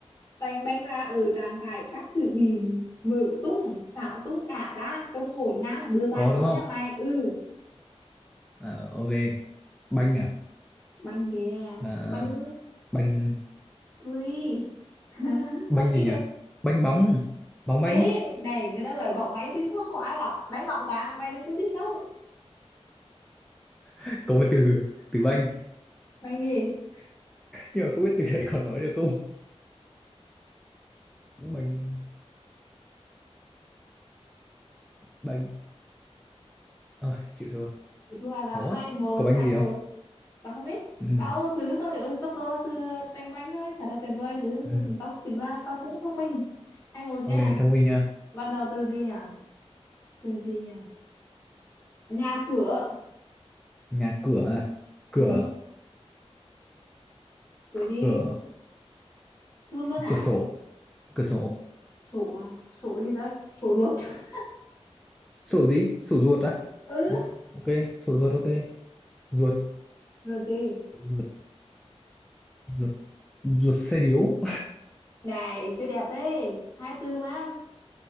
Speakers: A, on the left; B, in the centre.
A: tành banh ra ở trạng thái các thứ bị mở tung xạo tung cả ra trông ngổn ngang bừa bãi
B: Có đúng
A: có
B: không?
A: nhà mày ừ
B: Ờ, ok. Banh à?
A: banh kìa
B: Ờ,
A: banh
B: banh
A: thua đi <laughs>
B: banh
A: con
B: gì
A: nghĩ
B: nhỉ?
A: được
B: Banh bóng. Bóng banh.
A: ê này người ta gọi bóng máy chứ không có ai bảo đánh bóng cả mày đừng có chơi xấu
B: <laughs> Có một từ từ banh
A: banh gì
B: nhưng mà không biết từ đấy còn nói được không? Banh banh. Ôi, chịu thua.
A: Thì thua là
B: Khó
A: hai
B: á.
A: một
B: Có banh
A: hai
B: gì
A: một
B: không?
A: tao không biết
B: Ừ.
A: tao từ lúc tao nhớ ừ, trong đầu là từ tành banh thôi thật là tuyệt vời từ
B: Ừ.
A: tao tính ra tao cũng thông minh hai một
B: Ok,
A: nha
B: thông minh nha.
A: bắt đầu từ gì nhỉ từ gì nhỉ nhà cửa
B: Nhà cửa à? Cửa
A: Ừ, gửi
B: cửa
A: đi. Thưa luôn hả?
B: cửa sổ, cửa sổ.
A: Sổ à? Sổ gì đấy? Sổ ruột. <laughs>
B: Sổ gì? Sổ ruột á?
A: Ừ,
B: Ờ, ok, sổ ruột ok. Ruột
A: rồi gì?
B: ruột ruột ruột xe điếu
A: Này, chơi đẹp đấy. Hai tư mà.